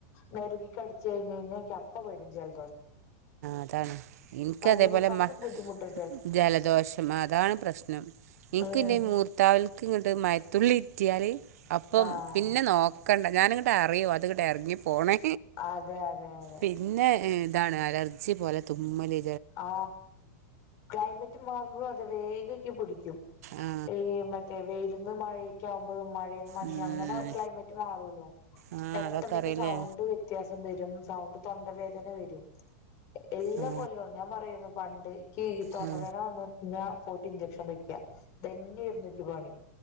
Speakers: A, on the left; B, on the right.
A: നെറുകിക്കടി ച്ചു കഴിഞ്ഞു കഴിഞ്ഞാ എനിക്കപ്പ വരും ജല
B: അതാണ് എനിക്കതേപോലെ
A: പനീനെക്കാട്ടിലും
B: മ
A: ബുദ്ധിമുട്ടാ
B: ജലദോഷം അതാണ് പ്രശ്നം എനിക്കിന്റെ
A: ഉം
B: മൂർത്താവിലേയ്ക്ക് ഇങ്ങട്ട് മഴത്തുള്ളി ഇറ്റിയാല് അപ്പം
A: ആഹ്
B: പിന്നെ നോ കണ്ട ഞാനിങ്ങട്ടറിയും അതങ്ങട്ട് ഇറങ്ങി പോണെ
A: അതെ അതെ അതെ
B: പിന്നെ ഇ അലർജി പോലെ തുമ്മല്
A: ആ ക്ലൈമറ്റ് മാറുമ്പോ അത് വേഗം എനിക്ക് പിടി ക്കും
B: ആ
A: ഈ മറ്റേ വെയിലന്ന് മഴയേക്കാവുമ്പോഴും മഴെന്ന് മഞ്ഞ്
B: ഉം
A: അങ്ങനെ ക്ലൈമറ്റ് മാറൂല്ലോ
B: ആ
A: പെട്ടെന്നെനിക്ക്
B: അതൊക്കെ അറിയില്ലേ
A: സൗണ്ട് വ്യത്യാസം വരും സൗണ്ട് തൊണ്ടവേദന വരും എല്ലാ
B: ആ
A: കൊല്ലൊ രുന്നു പണ്ട് ക്ക് ഈ തൊണ്ടവേദന
B: ആ
A: വന്നേ പിന്നെ പോയിട്ട് ഇൻജെക്ഷൻ വെ ക്കാ ഇതു തന്നെയാരുന്നു എനിക്ക് പണി